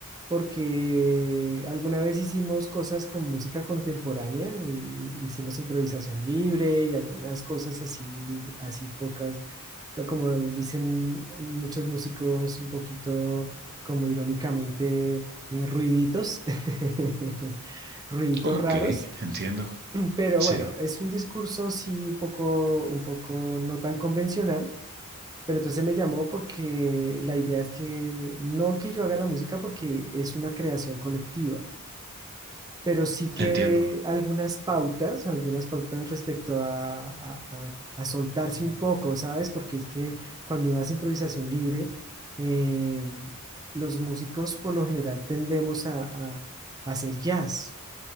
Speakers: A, on the right; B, on the right.
A: porque alguna vez hicimos cosas con música contemporánea, y hicimos improvisación libre y algunas cosas así, así pocas, ca- como dicen muchos músicos, un poquito como irónicamente eh, ruiditos, <laughs> ruiditos
B: Ok,
A: raros,
B: entiendo.
A: pero
B: Sí,
A: bueno, es un discurso sí un poco, un poco no tan convencional pero entonces me llamó porque la idea es que no que yo haga la música porque es una creación colectiva, pero sí que
B: entiendo.
A: dé algunas pautas, algunas pautas respecto a, a- a- a soltarse un poco, ¿sabes? Porque es que cuando uno hace improvisación libre, eh, los músicos por lo general tendemos a, a- a hacer jazz.